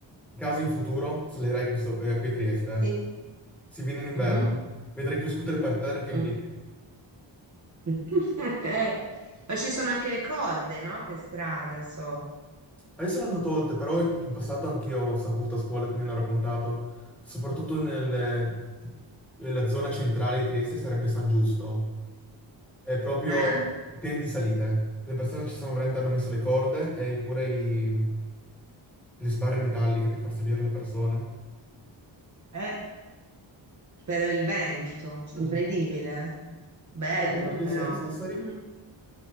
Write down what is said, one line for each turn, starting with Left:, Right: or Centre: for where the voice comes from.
Centre: in caso in futuro salirai qui, so- eh, qui a Trieste. eh.
Right: Sì.
Centre: Si viene in inverno,
Right: Mhm.
Centre: vedrai più scooter per terra che in
Right: Mm.
Centre: piedi.
Right: <laughs> Eh, Ma ci sono anche le corde, no? Per strada, so.
Centre: Adesso l'hanno tolte, però in passato anch'io ho saputo a scuola che mi hanno raccontato, soprattutto nel- nella zona centrale di Trieste sarebbe San Giusto, è proprio
Right: Eh?
Centre: pieno di salite. Le persone ci sono veramente hanno messo le corde e pure i- le sbarre metalliche per far salire le persone.
Right: Eh, per il vento,
Centre: Mhm.
Right: incredibile. Bello
Centre: Tu da quanto che
Right: però.
Centre: sei a Sassari?
Right: Mm.